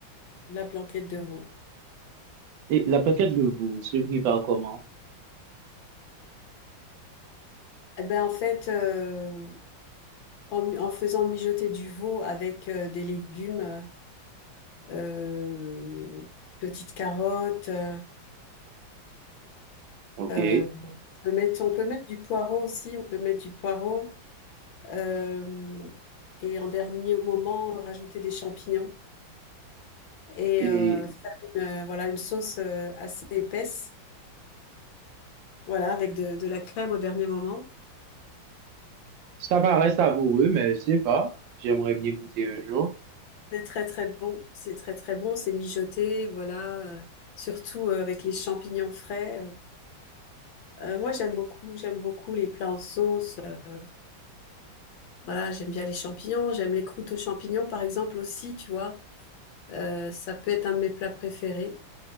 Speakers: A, on the left; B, on the right.
A: la blanquette de veau.
B: Et la plaquette de veau se prépare comment?
A: Eh ben, en fait, euh, en, en faisant mijoter du veau avec euh, des légumes, euh, petites carottes, euh,
B: OK.
A: euh, on peut mettre, on peut mettre du poireau aussi, on peut mettre du poireau. euh, et en dernier moment, rajouter des champignons et
B: Et
A: euh, faire une, euh, voilà, une sauce euh, assez épaisse Voilà, avec de, de la crème au dernier moment.
B: ça paraît savoureux, mais je sais pas. J'aimerais bien goûter un jour.
A: C'est très très bon. C'est très très bon. C'est mijoté, voilà. euh, Surtout euh, avec les champignons frais. Euh, moi, j'aime beaucoup. J'aime beaucoup les plats en sauce. euh, voilà, j'aime bien les champignons. J'aime les croûtes aux champignons, par exemple, aussi, tu vois. Euh, ça peut être un de mes plats préférés.